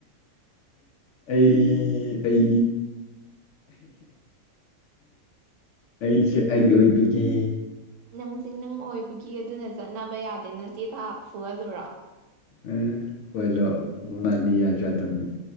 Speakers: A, on the left; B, on the right.
A: ꯑꯩ ꯑꯩ ꯑꯩꯁꯦ ꯑꯩ ꯑꯣꯏꯕꯒꯤ
B: ꯅꯪꯁ ꯅꯪ ꯑꯣꯏꯕꯒꯤ ꯑꯗꯨꯅ ꯆꯠꯅꯕ ꯌꯥꯗꯦꯅ ꯆꯦ ꯊꯥ ꯐꯨꯍꯜꯂꯨꯔꯣ
A: ꯎ ꯑꯣꯏꯣꯏꯂꯣ ꯃꯅꯤ ꯌꯥ ꯆꯗꯝꯃꯦ